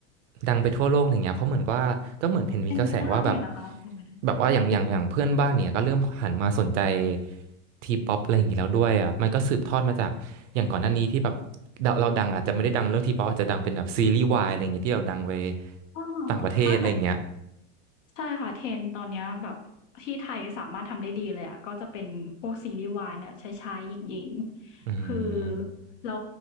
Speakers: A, on the right; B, on the left.
A: ดังไปทั่วโลกอะไรเงี้ยเพราะเหมือนกับว่าก็เหมือนเห็นมีกระแสว่าแบบ
B: เป็นไปได้อยู่นะคะเป็นไปได้
A: แบบว่าอย่างอย่างอย่างเพื่อนบ้านเนี่ยก็เริ่มหันมาสนใจทีป๊อปอะไรอย่างงี้แล้วด้วยอ่ะมันก็สืบทอดมาจากอย่างก่อนหน้านี้ที่แบบเราเราดังอาจจะไม่ได้ดังเรื่องทีป๊อปอาจจะดังเป็นแบบซีรีส์วายอะไรอย่างเงี้ยที่เราดังไป
B: อ้อ
A: ต่างประเทศอะไรอย่างเงี้ย
B: ถ้าเกิดใช่ค่ะ trend ตอนเนี้ยแบบที่ไทยสามารถทำได้ดีเลยอะก็จะเป็นพวกซีรีส์วายเนี่ยชายๆหญิงๆคือ
A: อืม
B: เรา